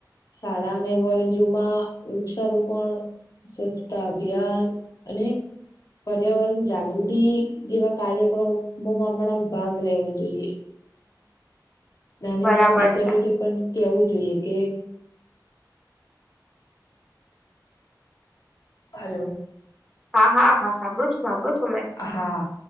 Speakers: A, on the left; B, in the centre.
A: શાળા અને કોલેજોમાં વૃક્ષારોપણ સ્વચ્છતા અભિયાન અને પર્યાવરણ જાગૃતિ જેવા કાર્યક્રમમાં પણ ભાગ લેવો જોઈએ. નાની
B: બરાબર
A: નાની દીકરીઓને
B: છે
A: પણ કેવું જોઈએ કે હલો
B: હા, હા, હા, સાંભળું છું, સાંભળું છું. મેં
A: હા,